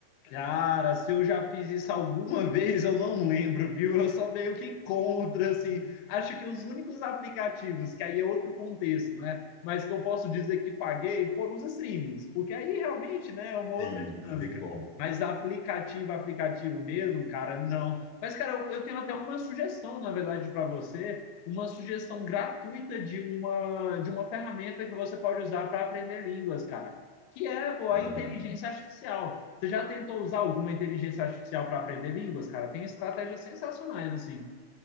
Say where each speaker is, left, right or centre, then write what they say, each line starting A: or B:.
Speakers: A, on the left (about 80°); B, on the left (about 65°).
A: Cara, se eu já fiz isso alguma <laughs> vez, eu não lembro, viu? Eu sou meio que contra, assim. Acho que os únicos aplicativos, que aí é outro contexto, né? Mas que eu posso dizer que paguei foram os streamings, porque aí realmente, né, é uma outra
B: Sim,
A: dinâmica.
B: não tem como.
A: Mas aplicativo, aplicativo mesmo, cara, não. Mas, cara, eu eu tenho até uma sugestão, na verdade, para você, uma sugestão gratuita de uma, de uma ferramenta que você pode usar para aprender línguas, cara que é pô,
B: Ah.
A: a inteligência artificial. Você já tentou usar alguma inteligência artificial para aprender línguas, cara? Tem estratégias sensacionais, assim.